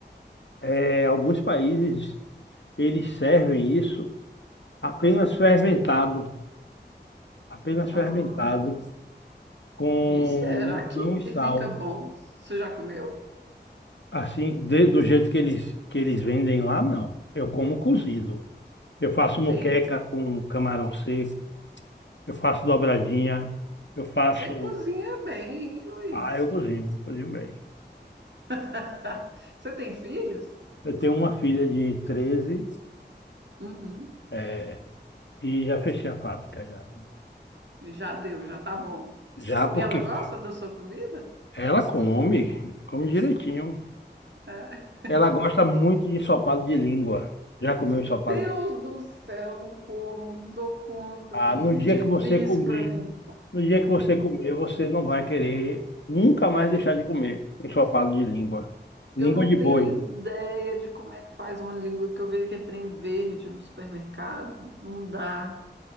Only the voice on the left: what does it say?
é, alguns países, eles servem isso apenas fermentado, apenas fermentado,
com
não
e sal.
Assim, de- do jeito que eles, que eles vendem lá, não. Eu como cozido. Eu faço
moqueca com camarão seco, eu faço dobradinha, eu faço...
Ah, eu cozinho, cozinho bem.
Eu tenho uma filha de 13
é, e já fechei a fábrica já.
Já porque
ela come, come direitinho.
Ela gosta muito de ensopado de língua. Já comeu ensopado?
Ah,
no dia
que você comer,
no dia que você comer, você não vai querer nunca mais deixar de comer ensopado de língua. Língua
de boi.